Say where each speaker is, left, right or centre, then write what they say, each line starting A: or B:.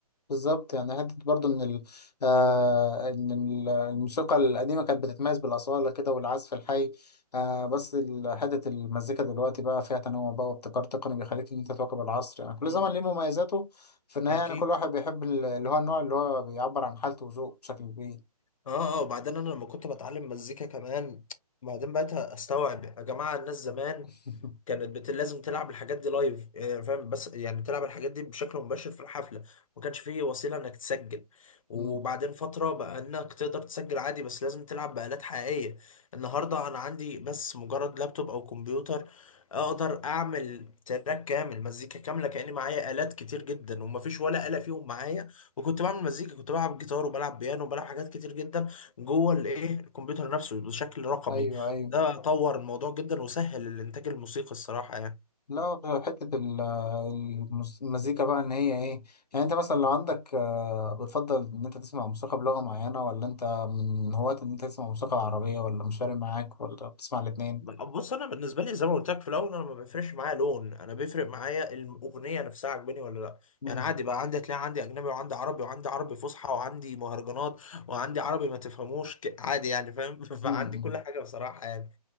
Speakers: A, on the left (about 80°); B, on the left (about 55°).
A: بالظبط يعني حتة برضو إن ال آه إن ال- الموسيقى القديمة كانت بتتميز بالأصالة كده والعزف الحي آه بس ال- حتة المزيكا دلوقتي بقى فيها تنوع بقى وابتكار تقني بيخليك إن أنت تواكب العصر يعني كل
B: مم.
A: زمن ليه مميزاته في النهاية
B: اكيد
A: يعني كل واحد بيحب ال- اللي هو النوع اللي هو بيعبر عن حالته وذوقه بشكل كبير
B: اه اه وبعدين انا لما كنت بتعلم مزيكا كمان بعدين بقيت استوعب يا جماعه الناس زمان
A: <laughs>
B: كانت بت... لازم تلعب الحاجات دي لايف يعني فاهم بس يعني تلعب الحاجات دي بشكل مباشر في الحفله ما كانش فيه وسيله انك تسجل وبعدين
A: مم.
B: فتره بقى انك تقدر تسجل عادي بس لازم تلعب بآلات حقيقيه النهارده انا عندي بس مجرد لابتوب او كمبيوتر اقدر اعمل تراك كامل مزيكا كامله كاني معايا آلات كتير جدا ومفيش ولا آلة فيهم معايا وكنت بعمل مزيكا كنت بلعب جيتار وبلعب بيانو وبلعب حاجات كتير جدا جوه الايه الكمبيوتر نفسه بشكل رقمي
A: أيوه أيوه
B: ده طور الموضوع جدا وسهل الانتاج الموسيقي الصراحه يعني
A: لا بقى حتة ال- المس- المزيكا بقى ان هي ايه يعني انت مثلا لو عندك آه، بتفضل ان انت تسمع موسيقى بلغة معينة ولا انت من هواة ان انت تسمع موسيقى عربية ولا مش فارق معاك ولا بتسمع الاتنين
B: بص انا بالنسبه لي زي ما قلت لك في الاول انا ما بيفرقش معايا لون انا بيفرق معايا الاغنيه نفسها عجباني ولا لا
A: مم.
B: يعني عادي بقى عندي تلاقي عندي اجنبي وعندي عربي وعندي عربي فصحى وعندي مهرجانات وعندي عربي ما تفهموش ك- عادي يعني فاهم <laughs> فعندي
A: مم.
B: كل حاجه بصراحه يعني